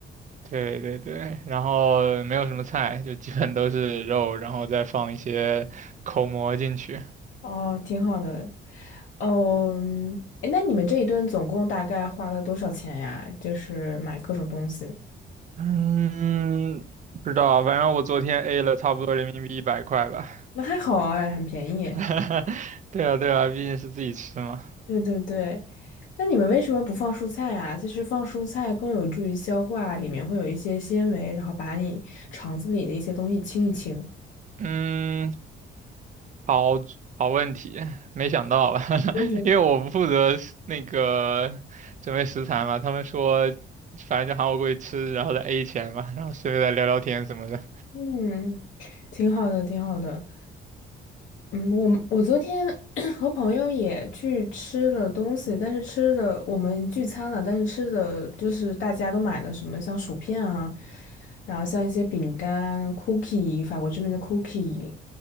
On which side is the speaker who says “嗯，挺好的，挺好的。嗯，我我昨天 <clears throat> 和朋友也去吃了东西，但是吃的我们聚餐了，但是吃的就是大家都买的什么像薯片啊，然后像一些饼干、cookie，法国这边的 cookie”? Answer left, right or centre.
Left